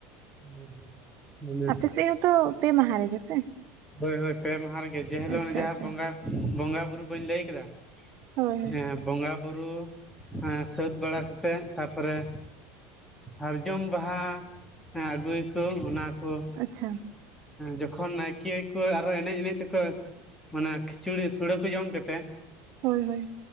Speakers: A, in the centre; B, on the right (about 35°).
A: <inaudible> ᱢᱟᱱᱮ
B: ᱟᱯᱮᱥᱮᱫ ᱦᱚᱸᱛᱚ ᱯᱮ ᱢᱟᱦᱟ ᱨᱮᱜᱮ ᱥᱮ
A: ᱦᱳᱭ ᱦᱳᱭ ᱯᱮ ᱢᱟᱦᱟ ᱨᱮᱜᱮ ᱡᱮ ᱦᱤᱞᱳᱜ
B: ᱟᱪᱪᱷᱟ
A: ᱡᱟᱦᱟᱸ
B: ᱟᱪᱪᱷᱟ
A: ᱵᱚᱸᱜᱟ ᱵᱚᱸᱜᱟ ᱵᱩᱨᱩ ᱵᱟᱹᱧ ᱞᱟᱹᱭ ᱠᱮᱫᱟ
B: ᱦᱳᱭ ᱦᱳᱭ
A: ᱦᱮᱸ ᱵᱚᱸᱜᱟ ᱵᱩᱨᱩ ᱥᱟᱹᱛ ᱵᱟᱲᱟ ᱠᱟᱛᱮᱫ ᱛᱟᱨᱯᱚᱨᱮ ᱥᱟᱨᱡᱚᱢ ᱵᱟᱦᱟ ᱦᱮᱸ ᱟᱹᱜᱩᱭᱟᱠᱚ ᱚᱱᱟᱠᱚ
B: ᱟᱪᱪᱷᱟ
A: ᱡᱚᱠᱷᱚᱱ ᱱᱟᱭᱠᱮ ᱠᱤᱭᱟᱹ ᱠᱚ ᱟᱨᱦᱚ ᱮᱱᱮᱡ ᱮᱱᱮᱡ ᱛᱮᱠᱚ ᱢᱟᱱᱮ ᱠᱷᱤᱪᱩᱲᱤ ᱥᱚᱲᱮ ᱠᱚ ᱡᱚᱢ ᱠᱟᱛᱮᱫ
B: ᱦᱳᱭ ᱦᱳᱭ